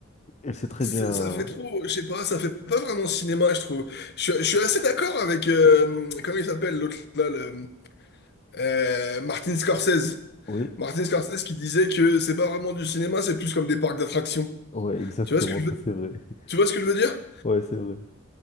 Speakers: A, on the left; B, on the left.
A: elle sait très
B: C'est-
A: bien.
B: Ça fait trop, je sais pas, ça fait pas vraiment cinéma, je trouve. Je, suis je suis assez d'accord avec, euh, comment il s'appelle l'autre là, le, euh, Martin Scorsese.
A: Oui,
B: Martin Scorsese qui disait que c'est pas vraiment du cinéma, c'est plus comme des parcs d'attractions.
A: ouais, exactement,
B: Tu vois ce que je
A: ça
B: veux,
A: c'est vrai. <laughs>
B: tu vois ce que je veux dire?
A: Ouais, c'est vrai.